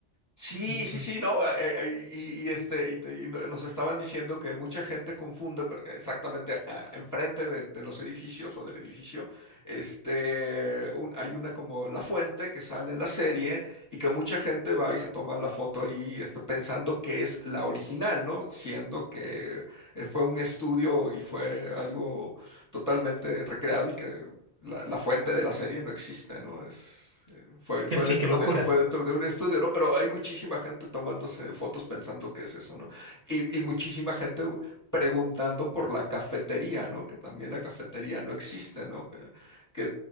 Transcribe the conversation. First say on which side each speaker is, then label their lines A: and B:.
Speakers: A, on the left; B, on the right.
A: Sí,
B: Entonces,
A: sí, sí, no, eh, eh, eh, y, y este, y te- y no- nos estaban diciendo que mucha gente confunde pre- exactamente a- enfrente de, de los edificios o del edificio, este, un- hay una como la fuente que sale en la serie y que mucha gente va y se toma la foto ahí, este, pensando que es la original, ¿no? Siendo que eh, fue un estudio y fue algo totalmente recreado y que la, la fuente de la serie no existe, ¿no? Es fue,
B: que-
A: fue
B: sí,
A: dentro
B: qué locura.
A: de, fue dentro de un estudio, ¿no? Pero hay muchísima gente tomándose fotos pensando que es eso, ¿no? Y, y muchísima gente preguntando por la cafetería, ¿no? Que también la cafetería no existe, ¿no? Que, que-